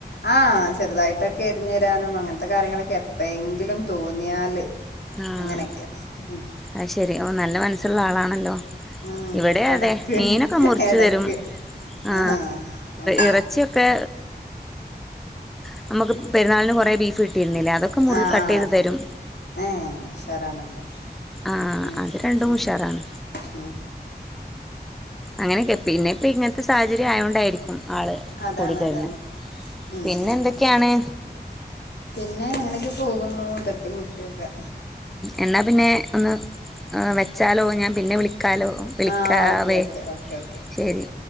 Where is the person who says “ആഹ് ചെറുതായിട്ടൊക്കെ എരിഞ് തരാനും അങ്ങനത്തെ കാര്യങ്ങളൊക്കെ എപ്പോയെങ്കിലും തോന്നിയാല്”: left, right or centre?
Left